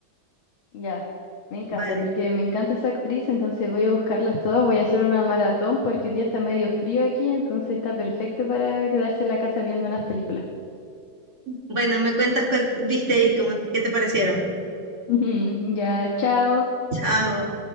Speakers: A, on the left (about 85°); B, on the right (about 35°).
A: Ya, me encanta,
B: Vale.
A: porque me encanta esa actriz, entonces voy a buscarlas todas, voy a hacer una maratón porque hoy día está medio frío aquí, entonces está perfecto para quedarse en la casa viendo unas películas.
B: Bueno, me cuentas cuál viste y cómo, qué te parecieron.
A: <laughs> Ya, chao.
B: Chao.